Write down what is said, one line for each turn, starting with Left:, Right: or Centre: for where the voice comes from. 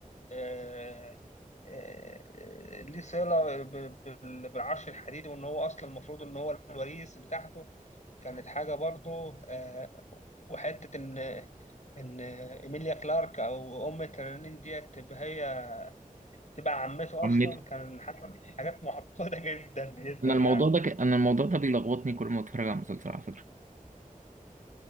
Left: آه، آه، آه، ليه صله ب- بال- بالعرش الحديدي وان هو اصلا المفروض ان هو الوريث بتاعته كانت حاجه برضه آه، وحته ان ان ايميليا كلارك او ام ترانين ديت تبقى هي تبقى عمته
Right: عمته
Left: اصلا كان حاجه حاجات معقده <laughs> جدا جدا
Right: أنا
Left: يعني
Right: الموضوع ده ك... أنا الموضوع ده بيلخبطني كل ما أتفرج على مسلسل على فكرة